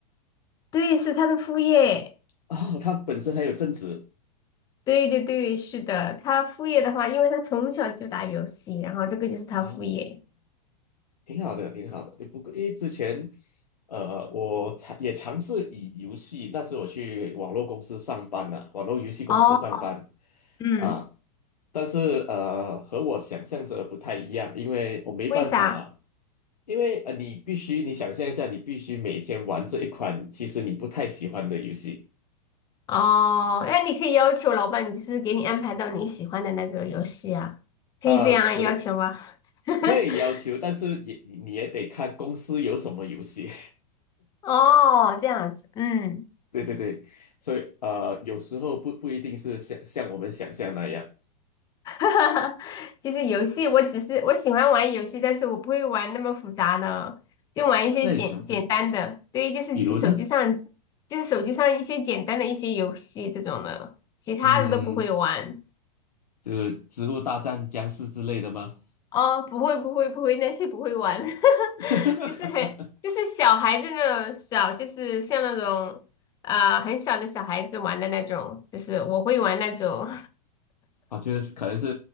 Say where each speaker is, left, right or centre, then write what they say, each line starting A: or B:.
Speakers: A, on the left; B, on the left.
A: 对，是他的副业。
B: 啊，他本身还有正职。
A: 对对对，是的，他副业的话，因为他从小就打游戏，然后这个就是他副业。
B: 啊。挺好的，挺好的。不过因为之前，呃，我尝也尝试以游戏，那时我去网络公司上班呐、网络游戏公司上班
A: 哦，嗯，
B: 啊，但是呃，和我想象着不太一样，因为我没办法，
A: 为啥？
B: 因为呃，你必须你想象一下，你必须每天玩这一款其实你不太喜欢的游戏
A: 哦，那你可以要求老板，就是给你安排到你喜欢的那个游戏啊，可以这样要求吗？
B: 啊，可
A: <laughs>
B: 可以要求，但是也你你也得看公司有什么游戏。
A: 哦，这样子，嗯，
B: 对对对，所以呃，有时候不不一定是像像我们想象那样。
A: <laughs> 其实游戏我只是我喜欢玩游戏，但是我不会玩那么复杂的，就玩一些简简单的，
B: 那那也行，嗯
A: 对，就是机手机上
B: 比如呢？
A: 就是手机上一些简单的一些游戏这种的，其他的都不会玩。
B: 嗯，就是《植物大战僵尸》之类的吗？
A: 哦，不会不会不会，那些不会玩，<laughs>
B: <laughs>
A: 就是很就是小孩子那种小，就是像那种啊、呃很小的小孩子玩的那种，就是我会玩那种
B: 啊，就是可能是